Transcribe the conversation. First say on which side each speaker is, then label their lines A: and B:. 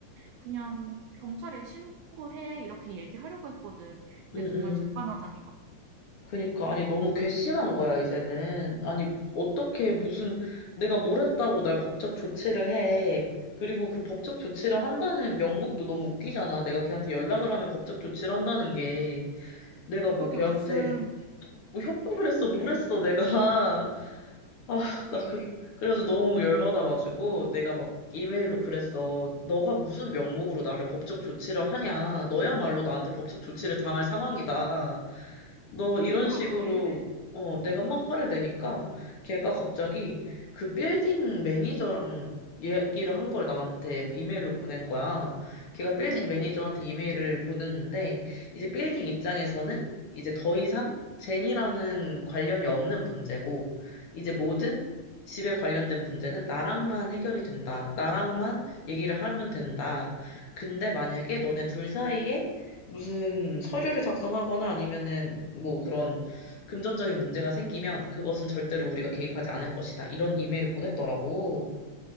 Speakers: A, on the right; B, on the left.
A: 그냥 "경찰에 신고해." 이렇게 얘기하려고 했거든. 근데
B: 음,
A: 정말
B: 음.
A: 적반하장이다.
B: 그니까, 아니, 너무 괘씸한 거야, 이제는. 아니, 어떻게 무슨, 내가 뭘 했다고 날 법적 조치를 해. 그리고 그 법적 조치를 한다는 명목도 너무 웃기잖아. 내가 걔한테 연락을 하면 법적 조치를 한다는 게. 내가
A: 그러게
B: 뭐 걔한테
A: 무슨
B: 뭐 협박을 했어, 뭘 했어, 내가. 아,
A: 그러게
B: 나 그, 그래서 너무 열받아가지고 내가 막 이메일로 그랬어. 너가 무슨 명목으로 나를 법적 조치를 하냐. 너야말로 나한테 법적 조치를 당할 상황이다. 너 이런
A: 친구가
B: 식으로
A: 뭐래?
B: 네. 어, 내가 막 화를 내니까 걔가 갑자기 그 빌딩 매니저랑 얘기를 한 걸 나한테 이메일로 보낸 거야. 걔가 빌딩
A: 어.
B: 매니저한테 이메일을 보냈는데 이제 빌딩 입장에서는 이제 더 이상 제니랑은 관련이 없는 문제고 이제 모든 집에 관련된 문제는 나랑만 해결이 된다. 나랑만 얘기를 하면 된다. 근데 만약에 너네 둘 사이에 무슨 서류를 작성하거나 아니면은 뭐 그런 금전적인 문제가 생기면 그것은 절대로 우리가 개입하지 않을 것이다. 이런 이메일을 보냈더라고.